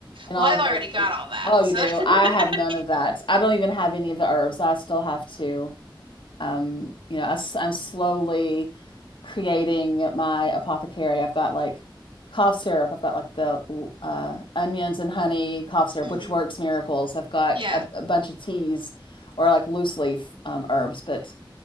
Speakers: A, on the left; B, on the right.
A: and
B: Well,
A: all
B: I've
A: the
B: already got all that.
A: oh you
B: So
A: do I have
B: <laughs>
A: none of that I don't even have any of the herbs I still have to um you know I, am slowly creating my apothecary I've got like cough syrup I've got like the l- uh onions and honey cough syrup
B: Mhm.
A: which works miracles I've got
B: Yeah.
A: a, a bunch of teas or like loose leaf um, herbs but